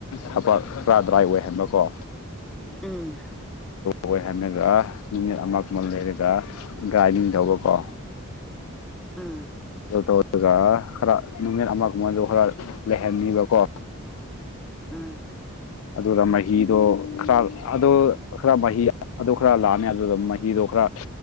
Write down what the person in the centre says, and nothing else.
ꯎꯝ
ꯎꯝ
ꯎꯝ